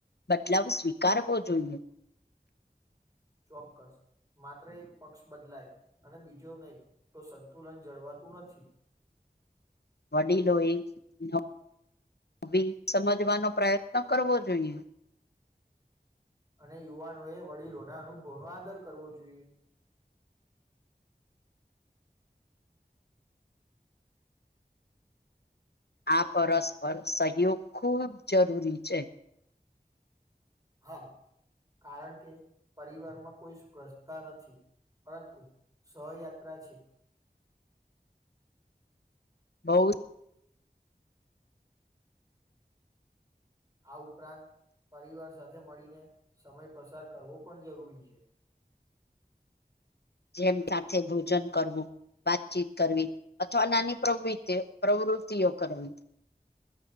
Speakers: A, on the left; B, on the right.
A: બદલાવ સ્વીકારવો જોઈએ
B: ચોક્કસ માત્ર એક પક્ષ બદલાય અને બીજો નહી તો સંતુલન જળવા તું નથી
A: વડી લોએ ન અવે સમજવાનો પ્રયત્ન કરવો જોઈએ
B: અને યુવાનોએ વડીલોના અનુભવનો આદર કરવો જોઈએ
A: આ પરસ્પર સહયોગ ખૂબ જરૂરી છે
B: હા કારણ કે પરિવારમાં કોઈ સ્પર્ષતા નથી પરંતુ સહયાત્રા છે
A: બહુત
B: આ ઉપરાંત પરિવાર સાથે મળીને સમય પસાર કરવો પણ જરૂરી છે
A: <inaudible> જેમ સાથે ભોજન કરવું વાતચીત કરવી અથવા નાની પ્રવિતી પ્રવૃતિઓ કરવી <inaudible>